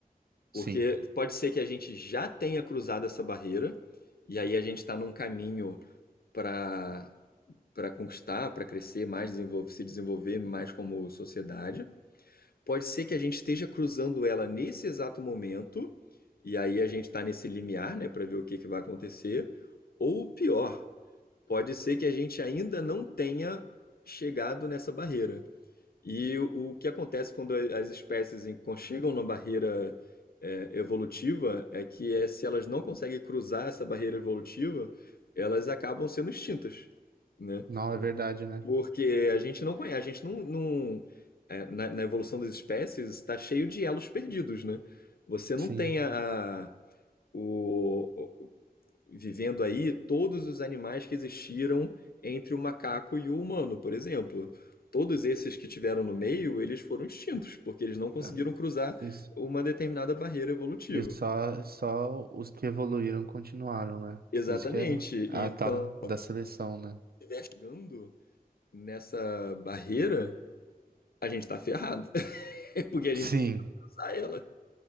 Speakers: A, on the left (about 75°); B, on the right (about 75°).
A: Porque
B: Sim.
A: pode ser que a gente já tenha cruzado essa barreira, e aí a gente está num caminho para para conquistar, para crescer mais, desenvolver, se desenvolver mais como sociedade. Pode ser que a gente esteja cruzando ela nesse exato momento, e aí a gente está nesse limiar, né, para ver o que que vai acontecer. Ou pior, pode ser que a gente ainda não tenha chegado nessa barreira. E o o que acontece quando as espécies em- chegam na barreira é, evolutiva é que é, se elas não conseguem cruzar essa barreira evolutiva, elas acabam sendo extintas, né?
B: Não, é verdade, né?
A: Porque a gente não conhece, a gente não, não- é, na, na evolução das espécies está cheio de elos perdidos, né? Você não
B: Sim.
A: tem a, a- o, o- vivendo aí todos os animais que existiram entre o macaco e o humano, por exemplo. Todos esses que tiveram no meio, eles foram extintos, porque eles não conseguiram
B: É.
A: cruzar
B: Isso.
A: uma determinada barreira evolutiva.
B: E só, só os que evoluíram continuaram, né?
A: Exatamente.
B: Isso que é a
A: Então,
B: tal da seleção, né?
A: chegando nessa barreira, a gente está ferrado, <laughs> porque a gente
B: Sim,
A: vai cruzar ela.